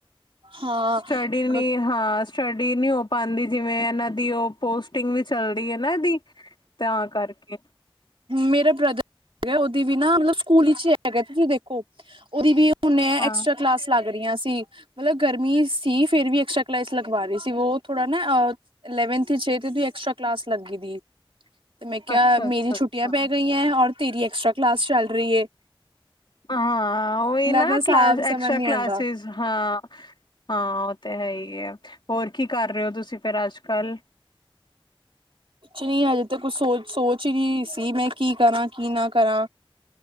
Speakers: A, on the right; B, on the left.
A: ਹਾਂ
B: ਸਟੱਡੀ ਨਹੀਂ ਹਾਂ ਸਟੱਡੀ ਨਹੀਂ ਹੋ ਪਾਉਂਦੀ। ਜਿਵੇਂ ਇਹਨਾਂ ਦੀ ਉਹ ਪੋਸਟ। ਸ਼ੂਟਿੰਗ ਵੀ ਚੱਲ ਦੀ ਹੈ ਨਾ ਇਹਦੀ ਤਾਂ ਕਰਕੇ।
A: ਮੇਰਾ ਬ੍ਰਦਰ ਹੈਗਾ ਉਹਦੀ ਵੀ ਨਾ ਮਤਲਬ ਸਕੂਲ ਵਿੱਚ ਹੈਗਾ ਤੁਸੀਂ ਦੇਖੋ ਉਹਦੀ ਵੀ। ਹੁਣੇ ਇਹ
B: ਹਾਂ
A: ਐਕਸਟਰਾ ਕਲਾਸ ਲੱਗ ਰਹੀਆਂ ਸੀ। ਮਤਲਬ ਗਰਮੀ ਸੀ ਫਿਰ ਵੀ ਐਕਸਟਰਾ ਕਲਾਸਿਸ ਲਗਵਾ ਰਹੀ ਸੀ। ਉਹ ਥੋੜਾ ਨਾ ਅਹ। ਲੈਵਨਥ ਚਾਹੀਦੀ ਹੈ। ਉਹਦੀ ਐਕਸਟਰਾ ਕਲਾਸ ਲੱਗੀ ਤੇ ਮੈਂ ਕਿਹਾ
B: ਅੱਛਾ
A: ਮੇਰੀ
B: ਅੱਛਾ
A: ਛੁੱਟੀ।
B: ਅੱਛਾ
A: ਹੈ ਔਰ ਤੇਰੀ ਐਕਸਟਰਾ ਕਲਾਸ ਚੱਲ ਰਹੀ ਹੈ।
B: ਹਾਂ ਉਹੀ ਨਾ
A: ਦਾ ਹਿਸਾਬ
B: ਕਲਾਸ
A: ਸਮਝ
B: ਐਕਸਟਰਾ
A: ਨੀ
B: ਕਲਾਸਿਸ
A: ਆਂਦਾ
B: ਹਾਂ। ਹਾਂ ਉਹ ਤੇ ਹੈ ਹੀ ਹੈ ਹੋਰ ਕੀ ਕਰ ਰਹੇ ਹੋ। ਤੁਸੀਂ ਫੇਰ ਅੱਜ ਕੱਲ।
A: ਨਹੀਂ ਅਜੇ ਤਾਂ ਕੁਛ ਸੋਚ ਸੋਚ ਨਹੀਂ ਸੀ ਮੈਂ ਕੀ ਕਰਾਂ ਕੀ ਨਾ ਕਰਾਂ।